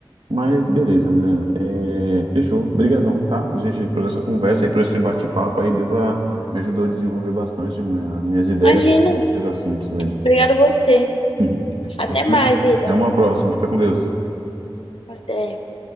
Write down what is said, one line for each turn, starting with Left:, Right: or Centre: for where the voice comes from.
Right: Mas beleza, Milena. É, fechou. Obrigadão, tá? Por, gente, por essa conversa e por esse bate-papo aí, deu para me ajudou a desenvolver bastante minha- minhas ideias
Left: Imagina.
Right: sobre esses assuntos aí.
Left: Obrigada a você.
Right: <laughs>
Left: Até
Right: Fechou?
Left: mais, Ítalo.
Right: Até uma próxima. Fica com Deus.
Left: Até.